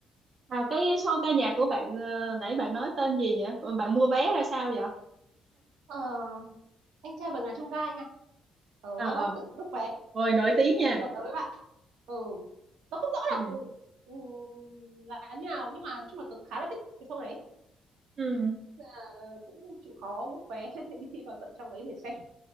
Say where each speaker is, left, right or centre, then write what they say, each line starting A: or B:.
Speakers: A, on the right; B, on the right.
A: à cái show ca nhạc của bạn ờ, nãy bạn nói tên gì nhỉ Ừ, bạn mua vé ra sao vậy
B: ờ, anh trai vượt ngàn chông gai nha tớ
A: ờ ờ
B: tự book vé
A: ôi nổi tiếng nha
B: xong rồi tớ với bạn ừ tớ không rõ
A: ừ
B: là ừ, là như nào nhưng mà nói chung là tớ khá là thích cái show này
A: ừ
B: à, cũng chịu khó book vé <laughs> đi vào tận trong đấy để xem